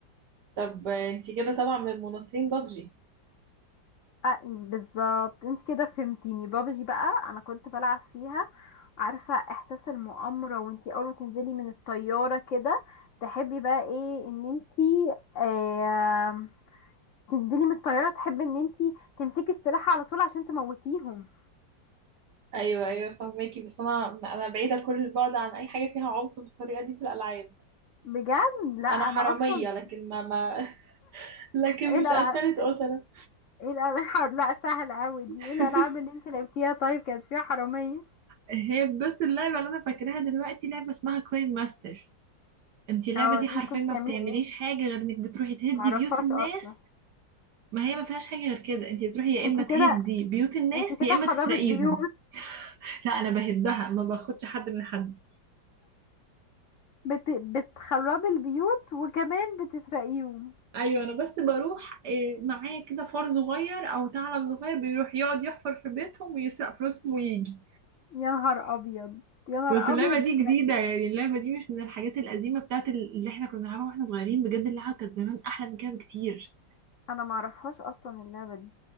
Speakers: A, on the right; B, on the left.
A: طب انتي كده طبعا من مناصرين بابجي
B: آه، بالظبط انت كده فهمتيني بابجي بقى انا كنت بلعب فيها عارفة احساس المؤامرة وانتي اول ما تنزلي من الطيارة كده تحبي بقى ايه ان انتي آه تنزلي من الطيارة تحبي ان انتي تمسكي السلاح على طول عشان تموتيهم
A: ايوه ايوه فهماكي بس انا انا بعيدة كل البعد عن اي حاجة فيها عنف بالطريقة دي في الألعاب
B: بجد لا
A: انا
B: انا
A: حرامية
B: اصلا
A: لكن ما ما <laughs> لكن
B: ايه الالعاب
A: مش قتلت قتلة
B: ايه الالعاب لا سهل اوي دي
A: <laughs>
B: ايه الالعاب اللي انتي لعبتيها طيب كانت فيها حرامية
A: هي بس اللعبة اللي انا فاكراها دلوقتي لعبة اسمها كوين ماستر انتي اللعبة
B: اه
A: دي حرفيا
B: دي كنت
A: ما
B: تعملي
A: بتعمليش
B: ايه
A: حاجة غير انك بتروحي تهدي
B: معرفهاش
A: بيوت الناس
B: اصلا
A: ما هي ما فيهاش حاجة غير كده انتي بتروحي يا
B: انتي
A: اما تهدي
B: كده
A: بيوت الناس
B: انتي كده
A: يا اما
B: خربت
A: تسرقيهم
B: بيوت
A: لا انا بهدها ما باخدش حد من حد
B: بت... بتخربي البيوت وكمان بتسرقيهم
A: ايوه انا بس بروح إيه، معايا كده فار صغير او ثعلب صغير بيروح يقعد يحفر في بيتهم ويسرق فلوسهم ويجي
B: يا نهار ابيض يا نهار
A: بس اللعبه
B: ابيض بجد
A: دي جديده يعني اللعبه دي مش من الحاجات القديمه بتاعت اللي احنا كنا بنلعبها واحنا صغيرين بجد اللعبه كانت زمان احلى من كده بكتير
B: انا ما اعرفهاش اصلا اللعبه دي